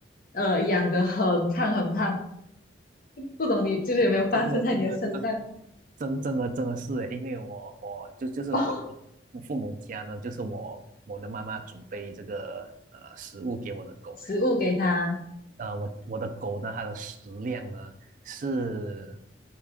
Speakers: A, on the left; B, on the right.
A: 呃养得很胖很胖。不懂你就是有没有发生在你的身上？
B: 这个这个这个真真真的真的是诶因为我我就就是回到
A: <laughs> 哦，
B: 我父母家呢，就是我我的妈妈准备这个呃食物给我的狗
A: 食物给它
B: 呃，我我的狗呢，它的食量呢是，